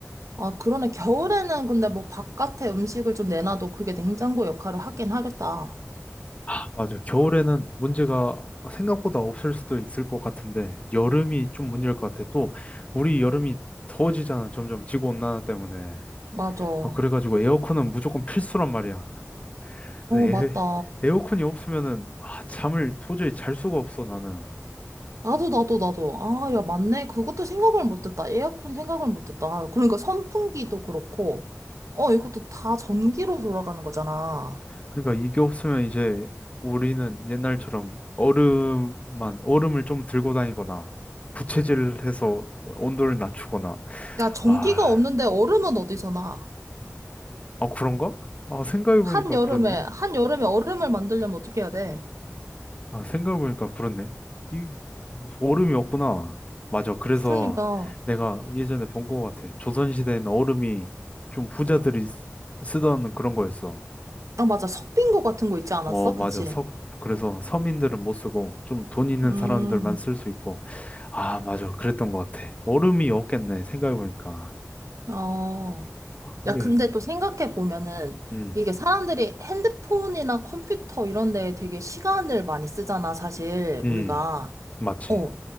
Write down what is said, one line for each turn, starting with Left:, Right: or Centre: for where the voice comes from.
Right: 아, 그러네. 겨울에는 근데 뭐 바깥에 음식을 좀 내놔도 그게 냉장고 역할을 하긴 하겠다.
Left: 아, 맞아. 겨울에는 문제가 생각보다 없을 수도 있을 것 같은데, 여름이 좀 문제일 것 같아. 또, 우리 여름이 더워지잖아. 점점 지구온난화 때문에.
Right: 맞아. 어,
Left: 아, 그래가지고 에어컨은 무조건 필수란 말이야. 근데
Right: 맞다.
Left: 에, 어컨이 없으면은, 아, 잠을 도저히 잘 수가 없어, 나는.
Right: 나도, 나도, 나도. 아, 야, 맞네. 그것도 생각을 못했다. 에어컨 생각을 못했다. 그러니까 선풍기도 그렇고, 어, 이것도 다 전기로 돌아가는 거잖아.
Left: 그러니까 이게 없으면 이제 우리는 옛날처럼 얼음만, 얼음을 좀 들고 다니거나, 부채질을 해서 온도를 낮추거나,
Right: 야, 전기가
Left: 아,
Right: 없는데 얼음은 어디서 나?
Left: 아, 그런가? 아, 생각해보니까
Right: 한여름에,
Left: 그렇네.
Right: 한여름에 얼음을 만들려면 어떻게 해야 돼?
Left: 아, 생각해보니까 그렇네. 이, 얼음이 없구나. 맞아. 그래서
Right: 그러니까.
Left: 내가 예전에 본 것 같아. 조선시대에는 얼음이 좀 부자들이 쓰- 쓰던 그런 거였어.
Right: 아, 맞아. 석빙고 같은 거 있지 않았어?
Left: 어, 맞아.
Right: 그치?
Left: 서, 그래서 서민들은 못 쓰고 좀 돈 있는
Right: 음,
Left: 사람들만 쓸 수 있고. 아, 맞아. 그랬던 것 같아. 얼음이 없겠네. 생각해보니까.
Right: 어.
Left: 근데,
Right: 야, 근데 또 생각해 보면은
Left: 음,
Right: 이게 사람들이 핸드폰이나 컴퓨터 이런 데에 되게 시간을 많이 쓰잖아, 사실
Left: 음,
Right: 우리가.
Left: 맞지.
Right: 어.